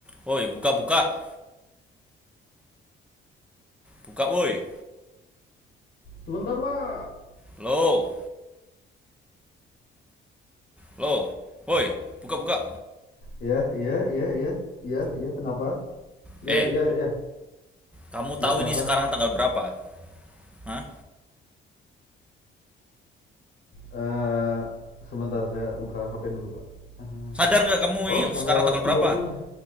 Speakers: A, in the centre; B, on the left (about 50°).
A: Woi, buka buka. Buka woi.
B: Sebentar, Pak.
A: Lo, lo. Woi, buka buka.
B: Ya, iya, iya, iya, iya, iya, kenapa? Ya,
A: Eh,
B: iya, iya,
A: kamu tahu
B: ya, kenapa?
A: ini sekarang tanggal berapa? Hah?
B: Eh, sebentar saya buka HP dulu, Pak. Ah,
A: Sadar nggak kamu ini
B: oh, tanggal
A: sekarang tanggal berapa?
B: 20 ya.